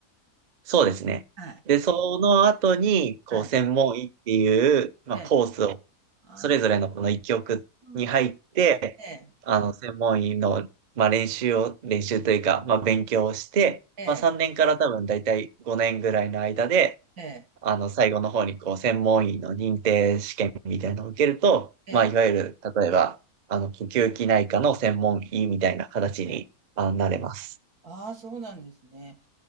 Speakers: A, on the right; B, on the right.
A: そうですね。
B: はい。
A: で、その後に、こう、
B: はい。
A: 専門医っていう、まあ、
B: ええ。
A: コースを、
B: ああ、
A: それぞれのこの一局に入って、
B: うんええ。
A: あの、専門医の、まあ、練習を、練習というか、まあ、勉強をして、
B: ええ。
A: まあ、3年から多分大体5年ぐらいの間で、
B: ええ。
A: あの、最後の方に、こう、専門医の認定試験みたいなのを受けると、
B: ええ。
A: まあ、いわゆる、例えば、あの、呼吸器内科の専門医みたいな形に、
B: ええ
A: あのなれます。
B: ああ、そうなんですね。